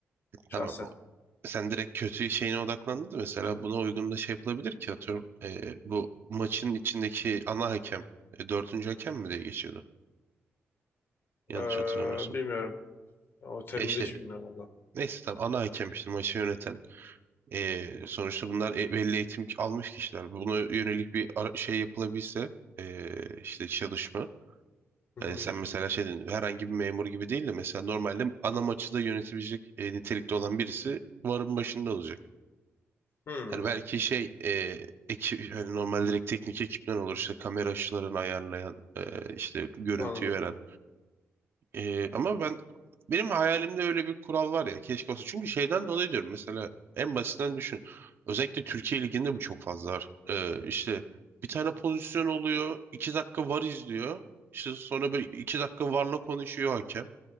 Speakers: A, on the left (about 55°); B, on the right (about 50°).
A: şahsen.
B: Tamam. O- Sen direkt kötü şeyine odaklandın da mesela buna uygun da şey yapılabilir ki atıyorum. e, bu maçın içindeki ana hakem. e, dördüncü hakem mi diye geçiyordu. Yanlış
A: E,
B: hatırlamıyorsam.
A: bilmiyorum. O terimleri
B: E işte
A: hiç bilmiyorum valla.
B: neyse tamam ana hakem işte maçı yöneten. E, sonuçta bunlar e- belli eğitim almış kişiler. Buna yönelik bir ara- şey yapılabilse e, işte çalışma
A: Hı
B: Hani
A: hı.
B: sen mesela şey dedin, herhangi bir memur gibi değil de mesela normalde ana maçı da yönetebilecek e, nitelikte olan birisi varın başında olacak.
A: Hmm,
B: Hani belki şey e, ekip hani normal direkt teknik ekipten olur işte kamera açılarını ayarlayan e, işte görüntüyü
A: anladım.
B: veren ee, ama ben benim hayalimde öyle bir kural var ya keşke olsa. Çünkü şeyden dolayı diyorum mesela en basitinden düşün. Özellikle Türkiye Ligi'nde bu çok fazla var. Ee, işte bir tane pozisyon oluyor. iki dakika var izliyor. İşte sonra böyle iki dakika varla konuşuyor hakem.